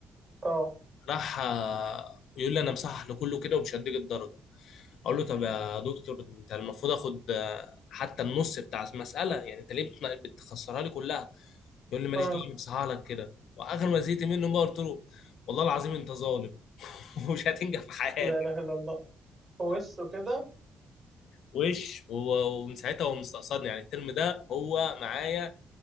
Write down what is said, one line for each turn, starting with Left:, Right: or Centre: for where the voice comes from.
Right: اه
Left: راح آه، يقول لي انا مصحح لكله كده ومش هديك الدرجه اقول له طب يا دكتور انت المفروض اخد آه، حتى النص بتاع المساله يعني انت ليه بتنا- بتخسرها لي كلها يقول لي ماليش
Right: م.
Left: دعوه أنا مصحح لك كده واخر ما زهقت منه بقى قلت له والله العظيم انت ظالم <laughs> ومش هتنجح في حياتك
Right: لا اله الا الله وشه كده
Left: وش و- ومن ساعتها هو مستقصدني يعني الترم ده هو معايا